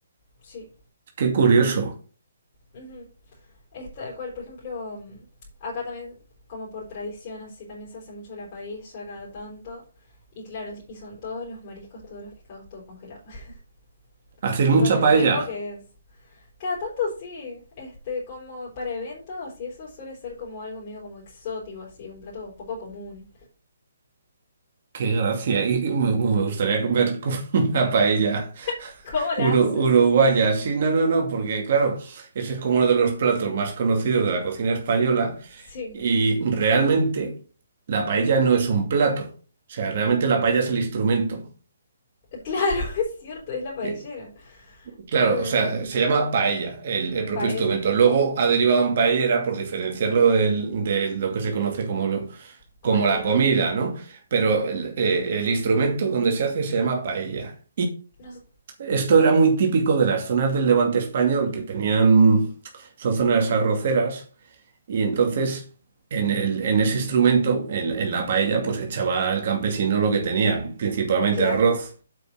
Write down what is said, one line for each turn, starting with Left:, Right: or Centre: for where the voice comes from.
Left: Sí.
Right: Qué curioso.
Left: Ujú. Es tal cual, por ejemplo, mm, acá también, como por tradición, así también se hace mucho la paella cada tanto. Y claro, y son todos los mariscos, todos los pescados, todo congelado. <laughs>
Right: ¿Haces
Left: Y
Right: mucha
Left: con el
Right: paella?
Left: riesgo que es. Cada tanto sí, este, como para eventos y eso suele ser como algo medio como exótico, así, un plato poco común.
Right: Qué gracia. Y y me, me gustaría comer <laughs> una paella.
Left: <laughs> ¿Cómo la
Right: Uru-
Left: hacen?
Right: uruguaya,
Left: Sí, sí.
Right: sí, no, no, no, porque claro, ese es como uno de los platos más conocidos de la cocina española
Left: Sí.
Right: y realmente la paella no es un plato, o sea, realmente la paella es el instrumento.
Left: Claro, <laughs> es cierto, es la paellera.
Right: Eh, claro,
Left: Pero
Right: o sea, se llama paella el, el propio
Left: paella,
Right: instrumento. Luego ha derivado en paellera por diferenciarlo del- de lo que se conoce como, lo-
Left: como
Right: como
Left: la
Right: la
Left: comida.
Right: comida, ¿no? Pero el, eh, el instrumento donde se hace se llama paella.
Left: No sé,
Right: Esto era muy típico de las zonas del Levante español que tenían, son zonas arroceras y entonces en el- en ese instrumento, en, en la paella, pues echaba el campesino lo que tenía, principalmente
Left: claro,
Right: arroz